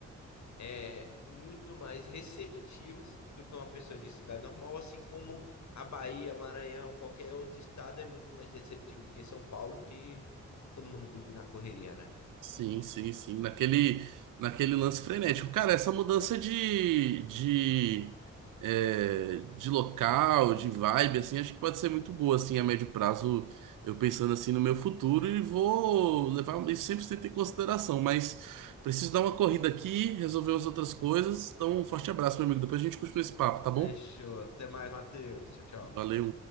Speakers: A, on the left (about 60°); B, on the right (about 80°).
A: é, muito mais receptivas do que uma pessoa de cidade normal, assim como a Bahia, Maranhão, qualquer outro estado é muito mais receptivo que São Paulo, que todo mundo vive na correria, né?
B: Sim, sim, sim. Naquele, naquele lance frenético. Cara, essa mudança de, de, é, de local, de vibe, assim, acho que pode ser muito boa, assim, a médio prazo, eu pensando assim no meu futuro e vou levar um, isso 100% em consideração. Mas preciso dar uma corrida aqui, resolver as outras coisas. Então, um forte abraço, meu amigo. Depois a gente continua esse papo, tá bom?
A: Fechou. Até mais, Matheus. Tchau, tchau.
B: Valeu.